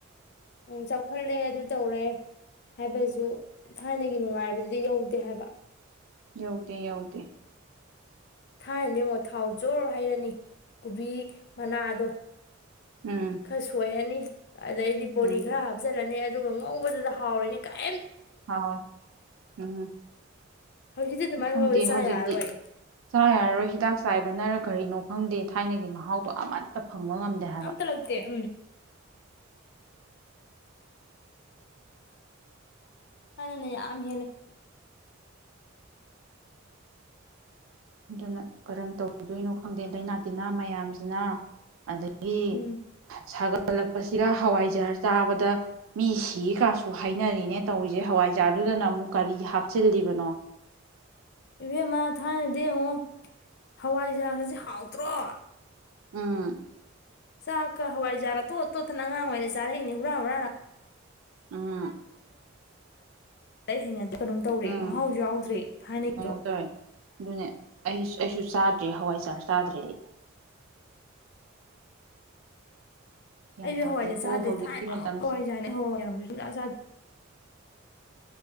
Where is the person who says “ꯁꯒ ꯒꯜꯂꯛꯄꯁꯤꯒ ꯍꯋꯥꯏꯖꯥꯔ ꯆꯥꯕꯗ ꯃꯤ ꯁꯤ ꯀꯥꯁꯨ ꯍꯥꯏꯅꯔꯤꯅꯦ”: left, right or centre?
Right